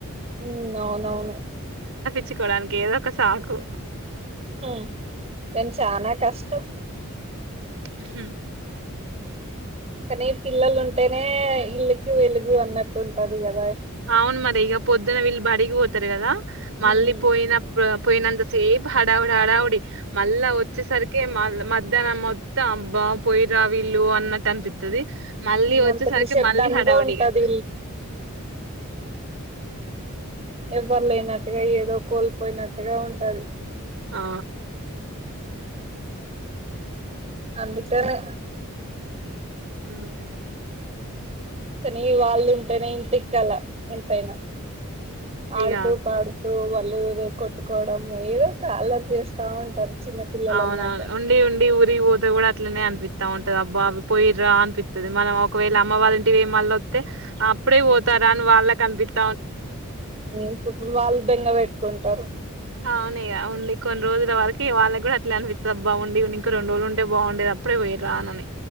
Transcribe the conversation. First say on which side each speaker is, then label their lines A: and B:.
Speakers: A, on the right (about 30°); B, on the right (about 65°).
A: ఉమ్ అవునవును
B: చ్చుకోవడానికి ఏదో ఒక సాకు
A: హ కానీ చానా కష్టం
B: ఉహ్మ్
A: కానీ పిల్లలు ఉంటేనే ఇల్లుకి వెలుగు అన్నట్టు ఉంటది క
B: అవును మరి ఇగ పొద్దున వీళ్ళు బడిగిపోతారు కదా మళ్ళీ
A: ఉమ్
B: పోయిన పోయినంత సేపు హడావ్డి హడావ్డి మళ్ళా వచ్చేసరికి మళ్ మద్ ధ్యానం మొత్తం ఆబ్బ పొయిరా విల్లు అన్నట్టు అనిపితది మళ్ళీ
A: ఇన్నంత
B: వచ్చేసరికి
A: నిశ్శబ్దంగా
B: మళ్ళీ హడావీడిగా
A: ఉంటది ఎవరు లేనట్టుగా ఏదో కోల్పోయినట్టుగా ఉంటాది
B: ఆ
A: అందుకనే
B: ఉమ్
A: కానీ వాళ్ళు ఉంటేనే ఇంటికల ఎంతైనా ఆడుతూ
B: ఇగ
A: పాడుతూ వాళ్ళు ఎదో కొట్టుకోవడంము ఏదో ఒక అల్లరి చేస్తా ఉంటారు చిన్న పిల్లలు
B: అవునవును
A: అన్నాక
B: ఉండి ఉండి ఊరికి పోతే కూడా అట్లనే అనిపి వస్తా ఉంటది అబ్బా అ పోయిరా అనిపిత్తది మనం ఒకవేళ అమ్మవాళ్ల ఇంటికి వోయ్ మళ్ళ వత్తే అప్పుడే పోతా రా వాళ్ళకి అనిపిత్తది
A: ఇప్పుడు వాళ్ళు బెంగ పెట్టుకుంటారు
B: అవును ఇగ ఉండి కొన్ని రోజుల వరకు వాళ్ళకి కూడా అట్లే అనిపి బాగుండి ఇంకా రెండు రోజులుంటే బాగుండేది అప్పుడే పోయి రానని